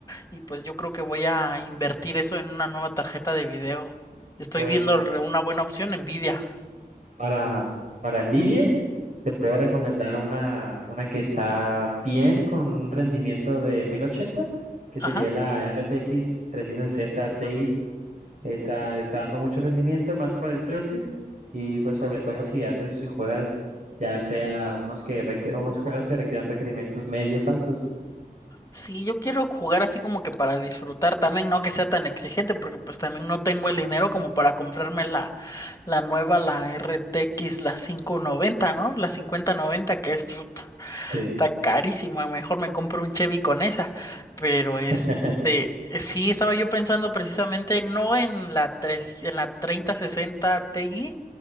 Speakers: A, on the left; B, on the right.
A: Y pues yo creo que voy a invertir eso en una nueva tarjeta de video. Estoy
B: Pues
A: viendo re- una buena opción, Nvidia.
B: Para, para Nvidia, te puedo recomendar una, una que está bien con un rendimiento de 1080 que
A: Ajá.
B: sería la RTX sesenta Ti. Esa está dando mucho rendimiento, más por el precio. Y pues sobre todo si haces, si juegas, ya sea unos que requieren unos juegos que requieran requerimientos medios altos.
A: Sí, yo quiero jugar así como que para disfrutar también, no que sea tan exigente, porque pues también no tengo el dinero como para comprarme la, la nueva, la RTX, la 590, ¿no? La 5090, que es, puta,
B: Sí.
A: está carísima, mejor me compro un Chevy con esa. Pero
B: <laughs>
A: este, sí, estaba yo pensando precisamente no en la 3, en la 3060 Ti,